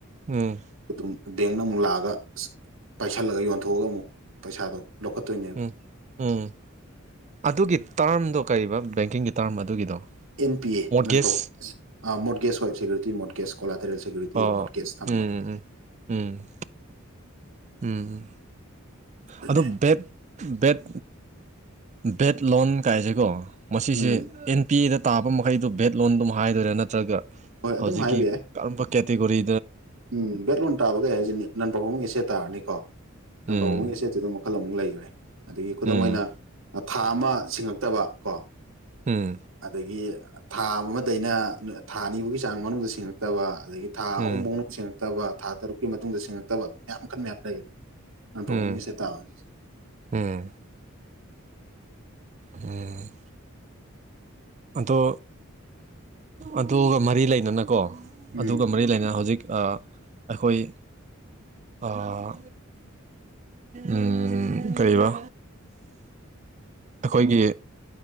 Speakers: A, on the right (about 35°); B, on the right (about 75°).
A: ꯎꯝ ꯎꯝ
B: ꯑꯗꯨꯝ ꯕꯦꯡꯅ ꯑꯃꯨꯛ ꯂꯥꯛꯑꯒ ꯑꯁ ꯄꯥꯏꯁꯤꯜꯂꯒ ꯌꯣꯟꯊꯣꯛꯑꯒ ꯑꯃꯨꯛ ꯄꯩꯁꯥꯗꯣ ꯂꯧꯈꯠꯇꯣꯏꯅꯦꯕ
A: ꯎꯝ ꯎꯝ ꯑꯗꯨꯒꯤ ꯇꯔꯝꯗꯣ ꯀꯔꯤꯕ ꯕꯦꯡꯀꯤꯡꯒꯤ ꯇꯥꯔꯝ ꯑꯗꯨꯒꯤꯗꯣ
B: ꯑꯦꯟ ꯄꯤ ꯑꯦ
A: ꯃꯣꯔꯠꯒꯦꯖ
B: ꯅꯟ ꯄꯔꯐꯣꯁ ꯑꯥ ꯃꯣꯠꯒꯦꯁ ꯍꯣꯏ ꯁꯦꯀꯨꯔꯤꯇꯤ ꯃꯣꯠꯒꯦꯁ ꯀꯣꯂꯥꯇꯔꯦꯜ ꯁꯦꯀꯨꯔꯤꯇꯤꯗ
A: ꯑꯣ
B: ꯃꯣꯠꯀꯦꯁ ꯊꯝꯕ
A: ꯎꯝ ꯎꯝ ꯎꯝ
B: ꯑꯗꯨꯅꯦ
A: ꯑꯗꯣ ꯕꯦꯠ ꯕꯦꯠ ꯕꯦꯠ ꯂꯣꯟ ꯀꯥꯏꯁꯦꯀꯣ ꯃꯁꯤꯁꯦ
B: ꯎꯝ
A: ꯑꯦꯟ ꯄꯤ ꯑꯦꯗ ꯇꯥꯕ ꯃꯈꯩꯗꯨ ꯚꯦꯠ ꯂꯣꯟ ꯑꯗꯨꯝ ꯍꯥꯏꯗꯣꯏꯔ ꯅꯠꯇ꯭ꯔꯒ
B: ꯍꯣꯏ ꯑꯗꯨꯝ
A: ꯍꯧꯖꯤꯛꯀꯤ
B: ꯍꯥꯏꯕ ꯌꯥꯏ
A: ꯀꯔꯝꯕ ꯀꯦꯇꯦꯒꯣꯔꯤ
B: ꯎꯝ ꯕꯦꯠ ꯂꯣꯟ ꯇꯥꯕ ꯒꯥꯏ ꯍꯥꯏꯖꯤ ꯅꯟ ꯄꯐꯣꯉꯣꯡ ꯒꯤ ꯑꯦꯁꯦꯠ ꯇꯥꯔꯅꯤꯀꯣ ꯅꯟ
A: ꯎꯝ
B: ꯄꯐꯉꯣꯡꯒꯤ ꯑꯦꯁꯦꯠꯇꯨꯗ ꯃꯨꯛ ꯃꯈꯜ ꯑꯃꯨꯛ ꯂꯩꯒ꯭ꯔꯦ ꯑꯗꯒꯤ ꯈꯨꯗꯝ
A: ꯎꯝ
B: ꯑꯣꯏꯅ ꯊꯥ ꯑꯃ ꯁꯤꯡꯉꯛꯇꯕ ꯀꯣ
A: ꯎꯝ
B: ꯑꯗꯒꯤ ꯊꯥ ꯑꯃꯗꯩꯅ ꯊꯥ ꯅꯤꯕꯨꯒꯤ ꯆꯥꯡ ꯃꯅꯨꯡꯗ ꯁꯤꯡꯉꯛꯇꯕ ꯑꯗꯒꯤ ꯊꯥ
A: ꯎꯝ
B: ꯑꯍꯨꯝꯕꯧꯅ ꯕ ꯊꯥ ꯇꯔꯨꯛꯀꯤ ꯃꯇꯨꯡꯗ ꯁꯤꯡꯉꯛ ꯇꯕ ꯃꯌꯥꯝ ꯃꯈꯜ ꯃꯌꯥꯝ ꯂꯩꯌꯦ ꯑꯄ꯭ꯔꯣꯕꯣꯡꯒꯤꯁꯦꯠ
A: ꯎꯝ
B: ꯇꯥꯕ <inaudible>
A: ꯎꯝ ꯎꯝ ꯑꯗꯣ ꯑꯗꯨꯒ ꯃꯔꯤ ꯂꯩꯅꯅꯀꯣ
B: ꯎꯝ
A: ꯑꯗꯨꯒ ꯃꯔꯤ ꯂꯩꯅꯅ ꯍꯧꯖꯤꯛ ꯑ ꯑꯩꯈꯣꯏ ꯑꯥ ꯎꯝ ꯀꯔꯤꯕ ꯑꯩꯈꯣꯏꯒꯤ